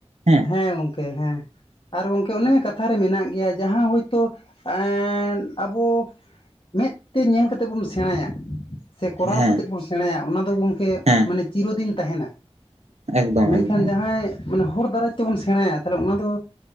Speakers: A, on the right; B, on the left.
A: ᱦᱮᱸ ᱾
B: ᱦᱮᱸ ᱜᱚᱝᱠᱮ ᱦᱮᱸ ᱟᱨ ᱜᱚᱝᱠᱮ ᱚᱱᱮ ᱠᱟᱛᱷᱟ ᱨᱮ ᱢᱮᱱᱟᱜ ᱜᱮᱭᱟ ᱡᱟᱦᱟᱸ ᱦᱳᱭ ᱛᱳ ᱮᱸᱫ ᱟᱵᱚ ᱢᱮᱫ ᱛᱮ ᱧᱮᱞ ᱠᱟᱛᱮᱫ ᱵᱚᱱ ᱥᱮᱬᱟᱭᱟ ᱥᱮ ᱠᱚᱨᱟᱣ
A: ᱦᱮᱸ
B: ᱠᱟᱛᱮᱫ ᱵᱚᱱ ᱥᱮᱬᱟᱭᱟ ᱚᱱᱟ ᱫᱚ ᱜᱚᱢᱠᱮ
A: ᱦᱮᱸ
B: ᱢᱟᱱᱮ ᱪᱤᱨᱚᱫᱤᱱ ᱛᱟᱦᱮᱱᱟ
A: ᱮᱠᱫᱚᱢ
B: ᱢᱮᱱᱠᱷᱟᱱ
A: ᱮᱠᱫᱚᱢ
B: ᱡᱟᱦᱟᱸᱭ ᱢᱟᱱᱮ ᱦᱚᱲ ᱫᱟᱨᱟᱭ ᱛᱮᱵᱚᱱ ᱥᱮᱬᱟᱭᱟ ᱛᱟᱦᱚᱞᱮ ᱚᱱᱟ ᱫᱚ